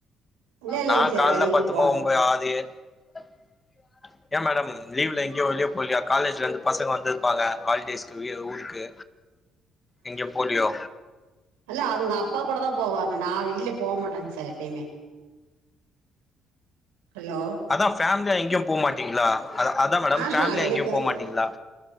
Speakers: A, on the right; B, on the left.
A: இல்ல இல்லைங்க
B: நா
A: சார்
B: கால்ல
A: வெளியில
B: பத்துமா
A: போ
B: ஒம்போது ஆதி <unintelligible> ஏ மேடம் லீவ்ல எங்கேயோ வெளிய போலயா காலேஜ்ல இருந்து பசங்க வந்துருப்பாங்க ஹாலிடேஸ்க்கு வீ ஊருக்கு எங்கயோ போலியோ
A: அல்ல அவுங்க அப்பா கூட தா போவாங்க நா வெளில போ மாட்டேங்க சார் எப்பயுமே ஹலோ
B: அதா ஃபேமிலியா எங்கேயு போ மாட்டீங்களா அத அதா மேடம்
A: ஆஹா
B: ஃபேமிலியா
A: எனக்கு
B: எங்கயு போ மாட்டீங்களா